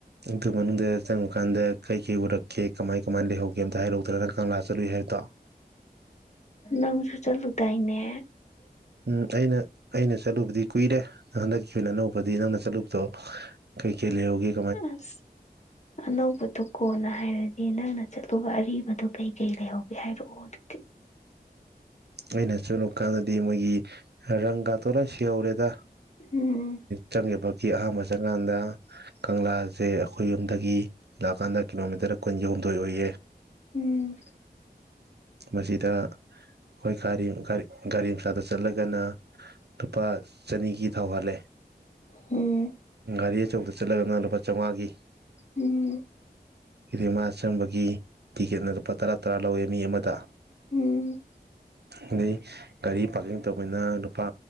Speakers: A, on the right (about 80°); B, on the left (about 45°).
A: ꯑꯗꯨ ꯃꯅꯨꯡꯗ ꯆꯪꯉꯨꯀꯥꯟꯗ ꯀꯩ ꯀꯩ ꯎꯔꯛꯀꯦ ꯀꯃꯥꯏ ꯀꯃꯥꯏꯅ ꯂꯩꯍꯧꯒꯦ ꯑꯝꯇ ꯍꯥꯏꯔꯛ ꯎꯗꯅ ꯅꯪ ꯀꯪꯂꯥ ꯆꯠꯂꯨꯏ ꯍꯥꯏꯕꯗꯣ
B: ꯅꯪꯁꯨ ꯆꯂꯨꯗꯥꯏꯅꯦ
A: ꯎꯝ ꯑꯩꯅ ꯑꯩꯅ ꯆꯠꯂꯨꯕꯗꯤ ꯀꯨꯏꯔꯦ ꯍꯟꯗꯛꯀꯤ ꯑꯣꯏꯅ ꯑꯅꯧꯕꯗꯤ ꯅꯪꯅ ꯆꯠꯂꯨꯕꯗꯣ ꯀꯩ ꯀꯩ ꯂꯩꯍꯒꯦ
B: ꯑꯁ ꯑꯅꯧꯕꯗꯤ ꯀꯣꯟꯅ ꯍꯥꯏꯔꯗꯤ ꯅꯪꯅ ꯆꯠꯂꯨꯕ ꯑꯔꯤꯕꯗꯣ ꯀꯩ ꯀꯩ ꯂꯩꯍꯧꯒꯦ ꯍꯥꯏꯔꯛꯑꯣ ꯑꯗꯨꯗꯤ
A: ꯑꯩꯅ ꯆꯠꯂꯨ ꯀꯥꯟꯗꯗꯤ ꯃꯣꯏꯒꯤ ꯔꯪꯒꯥꯗꯣ ꯂꯣꯢꯅ ꯁꯤ ꯍꯧꯔꯦꯗ
B: ꯎꯝ
A: ꯆꯪꯒꯤꯕꯒꯤ ꯑꯍꯥꯟꯕ ꯆꯪꯀꯥꯟꯗ ꯀꯪꯂꯥꯁꯦ ꯑꯩꯈꯣꯏ ꯌꯨꯝꯗꯒꯤ ꯂꯥꯛꯀꯥꯟꯗ ꯀꯤꯂꯣꯃꯤꯇꯔ ꯀꯨꯟꯒꯍꯨꯝꯗꯣꯏ ꯑꯣꯏꯌꯦ
B: ꯎꯝ
A: ꯃꯁꯤꯗ ꯑꯩꯈꯣꯏ ꯒꯥꯔꯤ ꯒꯥꯔꯤ ꯒꯥꯔꯤ ꯃꯆꯥꯗ ꯆꯠꯂꯒꯅ ꯂꯨꯄꯥ ꯆꯅꯤꯒꯤ ꯊꯥꯎ ꯍꯥꯜꯂꯦ
B: ꯎꯝ
A: ꯒꯥꯔꯤ ꯑꯆꯧꯕꯗ ꯆꯠꯂꯒꯅ ꯂꯨꯄꯥ ꯆꯧꯉꯥꯒꯤ
B: ꯎꯝ
A: ꯔꯤꯃꯥ ꯆꯪꯕꯒꯤ ꯇꯤꯛꯀꯦꯠꯅ ꯂꯨꯄꯥ ꯇꯔꯥ ꯇꯔꯥ ꯂꯧꯋꯦ ꯃꯤ ꯑꯃꯗ
B: ꯎꯝ
A: ꯑꯗꯩ ꯒꯥꯔꯤ ꯄꯥꯔꯀꯤꯡ ꯇꯧꯕꯩꯅ ꯂꯨꯄꯥ